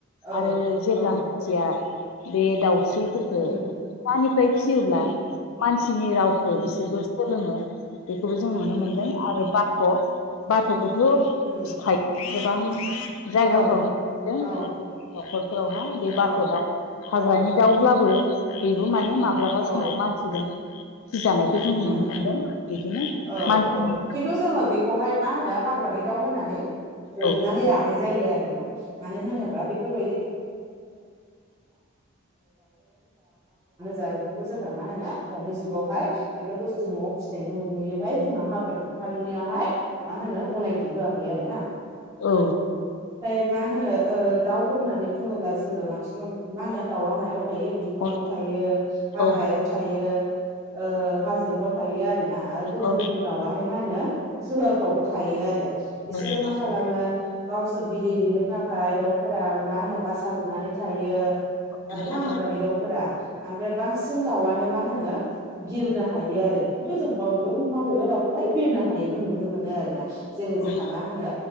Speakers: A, on the right; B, on the left.
A: औ
B: आरो जेब्ला
A: औ
B: मानसिया बे दाउस्रिफोरफोरखौ
A: उम
B: फिसानिफ्राय फिसियोब्ला
A: उम
B: मानसिनि रावखौ
A: उम
B: बिसोरबो सोलोङो। बे खौबो जों नुनो मोनदों
A: उम
B: आरो बाथ' बाथ'खौथ'
A: उम
B: फिखायो गोबां। जायगाफ्राव
A: औ
B: नुदों
A: औ
B: न'खरफोरावहा बे
A: औ
B: बाथ' दाउ हाग्रानि
A: औ
B: दाव ब्लाबो बेबो माने माब्लाबा
A: औ
B: समाव मानसिजों फिजानायखौ जों
A: उम
B: नुनो मोनदों
A: उम
B: बिदिनो
A: औ
B: मानसिनि
A: औ खिनथु जोङो बेखौहाय मा होनो हाग्रानि दाउ होनानै हमनानै
B: औ
A: लानाय जायो आरो। आरोना बाथ'आनो जा बेफोरखौ जों मा होनो नुयैहाय जोंहा हाब्रा बिफाननियाहाय मा होनो गनायथि होआखै आरोना।
B: औ
A: मा होनो ओ दाउ होननानै बुङोब्ला जोङो बांसिन मा होनो दाउआ मायाव थायो बिफांडाव
B: औ
A: थायो हाग्रायाव
B: औ
A: थायो ओ हाजोफ्राव थायो आरो ना आरो गुबुन
B: औ
A: गुबुन दाउआहाय मा होनो सोहोरफ्रावबो थायो आरो। बिसोरो
B: नोंथां
A: मा खालामो
B: औ
A: गावसोर बिदै दैनो थाखाय दाउ फोरा मा होनो बासा लुनानै थायो
B: नोंथां
A: आरो ना हाग्रानि दाउफोरा। ओमफ्राय बांसिन दाउआनो मा होनो बिरनो हायो आरो खिन्थु जों माव माबेबा दाउखौहाय बिरनो हायिबो नुनो मोनो आरोना जेरै
B: औ
A: जोंहा मा होनो